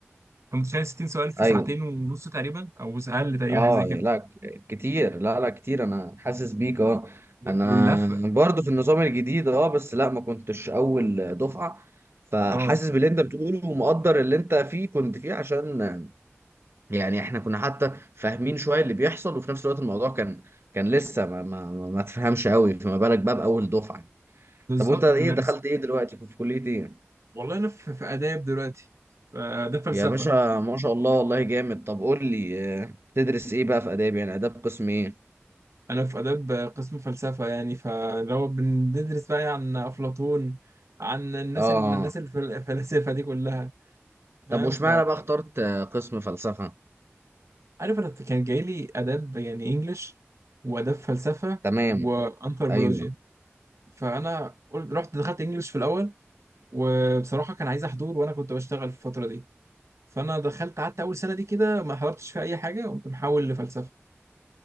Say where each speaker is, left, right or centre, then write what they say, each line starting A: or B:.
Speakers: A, on the right (about 80°); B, on the right (about 60°).
A: انت متخيل 60 سؤال في
B: ايوه
A: ساعتين ونص تقريبا او اقل تقريبا
B: اه
A: حاجه زي كده
B: لا ك- كتير لا لا كتير انا حاسس بيك اه
A: واللفه
B: انا برضو في النظام الجديد اه بس لا ما كنتش اول دفعة فحاسس
A: اه
B: باللي انت بتقوله ومقدر اللي انت فيه كنت فيه عشان يعني احنا كنا حتى فاهمين شوية اللي بيحصل وفي نفس الوقت الموضوع كان كان لسه ما ما ما ما تفهمش قوي فما بالك بقى باول دفعة
A: بالظبط
B: طب وانت ايه
A: المدرسين
B: دخلت ايه دلوقتي كنت في كلية ايه
A: والله انا في في اداب دلوقتي فده فلسفه
B: يا باشا ما شاء الله والله جامد طب قول لي آه، تدرس ايه بقى في اداب يعني اداب قسم ايه
A: انا في اداب قسم فلسفه يعني فلو بندرس بقى يعني عن افلاطون عن الناس
B: اه
A: ال- الناس الفل- الفلاسفه دي كلها
B: طب
A: فاهم
B: واشمعنى
A: فعارف
B: بقى اخترت آه، قسم فلسفة
A: انا كان جاي لي اداب يعني انجلش واداب فلسفه
B: تمام
A: وانثروبولوجيا
B: ايوه
A: فانا قلت رحت دخلت انجلش في الاول وبصراحه كان عايز احضور وانا كنت بشتغل في الفتره دي فانا دخلت قعدت اول سنه دي كده ما حضرتش في اي حاجه قمت محول لفلسفه